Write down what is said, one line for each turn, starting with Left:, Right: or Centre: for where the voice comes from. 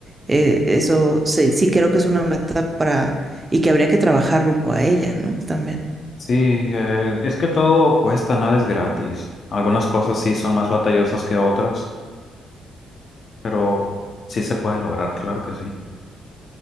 Right: eh, eso sí, sí creo que es una meta para, y que habría que trabajar rumbo a ella, ¿no? También.
Left: Sí, eh, es que todo cuesta, nada es gratis. Algunas cosas sí son más batallosas que otras, pero sí se puede lograr, claro que sí.